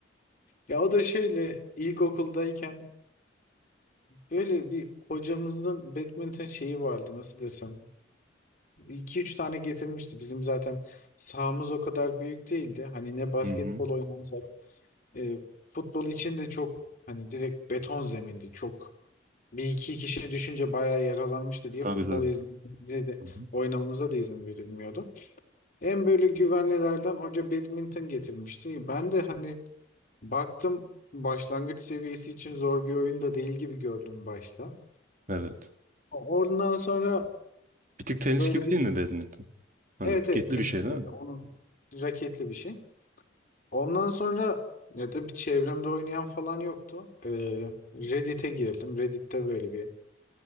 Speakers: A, on the left; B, on the right.
A: Ya o da şöyle ilkokuldayken böyle bir hocamızın badminton şeyi vardı nasıl desem. iki üç tane getirmişti. Bizim zaten sahamız o kadar büyük değildi. Hani ne basketbol
B: Hı hı.
A: oynanacak. e, futbol için de çok hani direkt beton zemindi. Çok bir iki kişi düşünce bayağı yaralanmıştı diye
B: Tabii
A: futbol
B: tabii.
A: izlememize de
B: Hı hı.
A: oynamamıza da izin verilmiyordu. En böyle güvenlilerden hoca badminton getirmişti. Ben de hani Baktım başlangıç seviyesi için zor bir oyun da değil gibi gördüm başta.
B: Evet.
A: Ondan sonra
B: Bir tık tenis
A: böyle
B: gibi
A: bir
B: değil mi badminton? Hani
A: evet
B: raketli
A: evet tenis
B: bir şey değil
A: gibi
B: mi?
A: onun raketli bir şey. Ondan sonra ya da bir çevremde oynayan falan yoktu. Ee, Reddit'e girdim. Reddit'te böyle bir